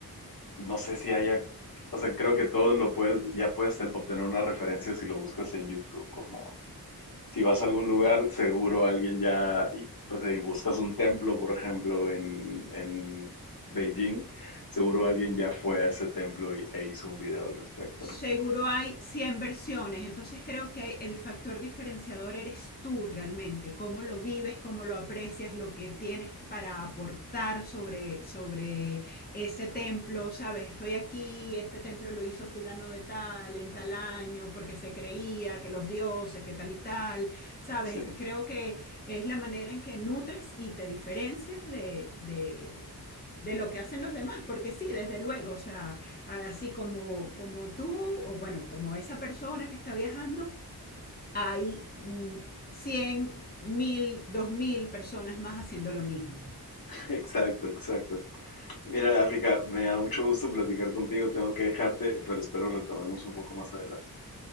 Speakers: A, on the left; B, on the left.
A: no sé si haya, o sea, creo que todo lo puedes, ya puedes ten- obtener una referencia si lo buscas en YouTube, como Si vas a algún lugar, seguro alguien ya, y- o sea, y buscas un templo, por ejemplo, en, en Beijing, seguro alguien ya fue a ese templo y, e hizo un video al respecto,
B: seguro
A: ¿no?
B: hay 100 versiones, entonces creo que el factor diferenciador eres tú realmente, cómo lo vives, cómo lo aprecias, lo que tienes para aportar sobre, sobre ese templo, sabes, estoy aquí, este templo lo hizo fulano de tal, en tal año, porque se creía que los dioses, que tal y tal, sabes,
A: Sí,
B: creo que es la manera en que nutres y te diferencias de... de de lo que hacen los demás, porque sí, desde luego, o sea, Así como, como tú, o bueno, como esa persona que está viajando, hay mm, cien mil dos mil personas más haciendo lo mismo.
A: <laughs> exacto, exacto. Mira, África, me da mucho gusto platicar contigo, tengo que dejarte, pero espero retomemos un poco más adelante.